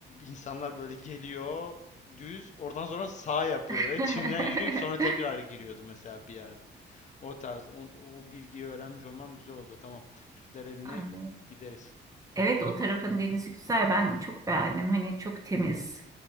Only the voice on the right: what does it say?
<laughs>
Anlıyorum.
Evet o tarafın denizi güzel. Ben çok beğendim. Hani çok temiz.